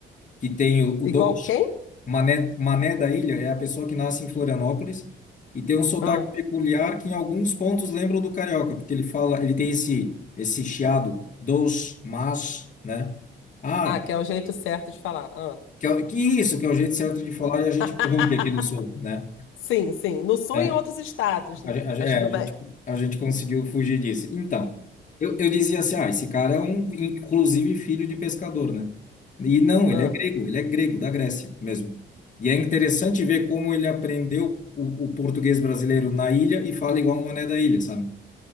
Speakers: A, on the left; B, on the left.
A: que tem o, o
B: Igual
A: Dolce.
B: quem?
A: Mané, Mané da Ilha é a pessoa que nasce em Florianópolis e tem um sotaque
B: Ah,
A: peculiar que em alguns pontos lembra o do carioca, porque ele fala, ele tem esse, esse chiado, dos, mas, né? Ah,
B: ah, que é o jeito certo de falar. Ah.
A: que, é o- que isso, que é o jeito certo de falar e a gente
B: <laughs>
A: corrompe aqui no sul, né?
B: Sim, sim. No Sul
A: É,
B: e em outros estados,
A: A,
B: né?
A: gen- a gen-
B: Mas
A: é,
B: tudo
A: a gente,
B: bem.
A: a gente conseguiu fugir disso. Então, eu, eu dizia assim, ah, esse cara é um, inclusive, filho de pescador, né? E não,
B: Ah,
A: ele é grego, ele é grego, da Grécia mesmo. E é interessante ver como ele aprendeu o, o português brasileiro na ilha e fala igual um mané da ilha, sabe?